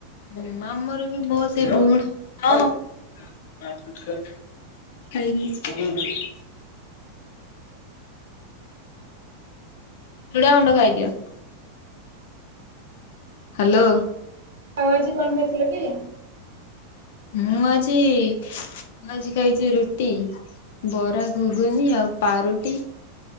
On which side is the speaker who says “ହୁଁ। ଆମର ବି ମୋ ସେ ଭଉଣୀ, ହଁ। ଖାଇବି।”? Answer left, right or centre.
Left